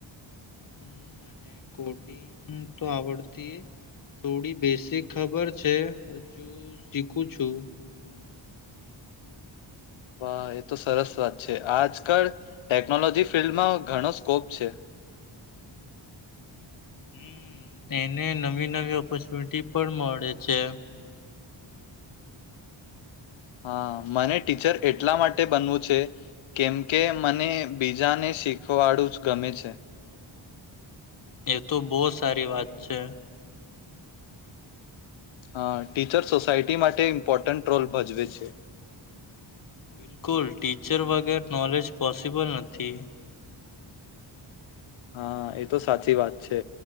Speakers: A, on the left; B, on the left.
A: હમ અ. મને કોડિંગ તો આવડતી થોડી બેસીક ખબર છે હજુ શીખું છું.
B: વાહ, એ તો સરસ વાત છે. આજકાલ ટેકનોલોજી ફિલ્ડમાં ઘણો સ્કોપ છે.
A: હમ અ એને નવી નવી ઓપોર્ચુનિટી પણ મળે છે.
B: હા. મને ટીચર એટલા માટે બનવું છે, કેમ કે મને બીજાને શીખવાડું જ ગમે છે.
A: એ તો બો સારી વાત છે.
B: હા, ટીચર સોસાયટી માટે ઇમ્પોર્ટન્ટ રોલ ભજવે છે.
A: બિલકુલ, ટીચર વગર નોલેજ પોસિબલ નથી.
B: હા, એ તો સાચી વાત છે.